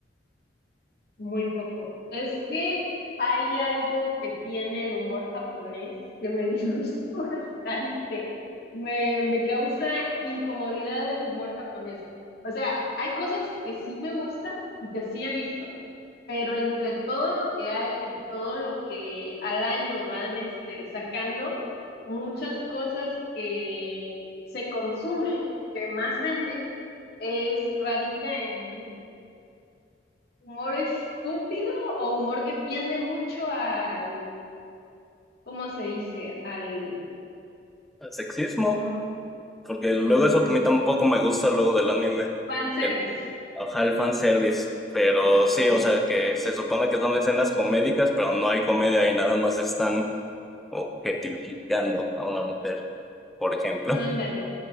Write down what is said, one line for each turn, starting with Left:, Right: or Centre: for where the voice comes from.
Left: Muy poco. Es que hay algo que tiene el humor japonés que me disgusta <laughs> bastante. Me, me causa incomodidad el humor japonés. O sea, hay cosas que sí me gustan y que sí he visto, pero entre todo lo que hay y todo lo que al año van este, sacando, muchas cosas que se consume o que más vende es radica en humor estúpido o humor que tiende mucho al, ¿cómo se dice? Al,
Centre: ¿El sexismo?
Left: como,
Centre: Porque
Left: mm,
Centre: luego eso a mí tampoco me gusta luego del anime.
Left: fanservice.
Centre: El, ajá, el fanservice. Pero
Left: El
Centre: sí,
Left: fanservice.
Centre: o sea, que se supone que son escenas comédicas, pero no hay comedia y nada más están objetificando a una mujer, por ejemplo.
Left: Ándale.